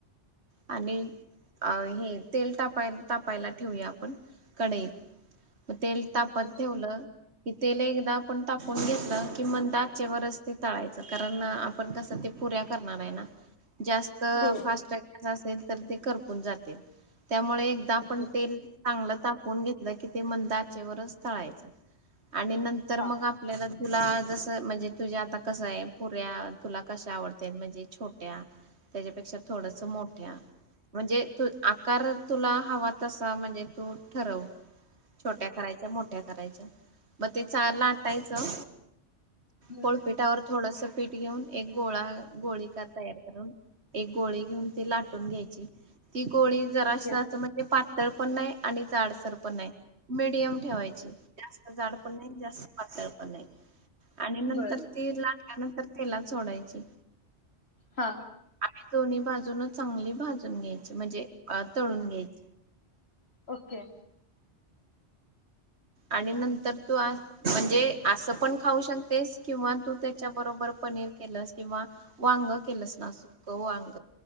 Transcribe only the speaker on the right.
आणि अ हे, तेल तापाय तापायला ठेवया आपण, कढईत. म तेल तापत
ठेवलं, कि तेल एकदा आपण तापून घेतलं कि मग मंद आचेवरच ते तळायचं कारण आपण कसं ते पुऱ्या करणार आहे ना जास्त
फास्ट गैस असेल तर ते खरपून जातील त्यामुळे एकदा आपण
तेल चांगलं तापून घेतलं की ते मंद आचेवर तळायचं आणि नंतर
मग आपल्याला तुला जस म्हणजे तुझ्या आता कसं आहे पुऱ्या तुला कश्या आवडत म्हणजे छोट्या त्याच्यापेक्षा थोडस मोठ्या म्हणजे तू आकार तुला हवा तसा म्हणजे तू ठरव छोट्या करायच्या मोठ्या करायच्या मग ते चार ला टायचं
पोळपीठावर थोडस पीठ घेऊन एक गोळा गोळी तयार करून एक गोळी घेऊन लाटून घ्यायची ती गोळी जरा
अस अस म्हणजे पातळ पण नाही आणि जाडसर पण नाही मिडियम ठेवायची जास्त जाड पण नाही जास्त पातळ पण आहे आणि नंतर
ती लाटल्यानंतर तेलात सोडायची
आणि दोन्ही बाजून चांगली भाजून घ्यायची म्हणजे तळून घ्यायची
आणि नंतर तू आ म्हणजे असं पण खाऊ शकतेस किंवा तू त्याच्या बरोबर पनीर केलंस किंवा वांग केलंस ना सुख वांग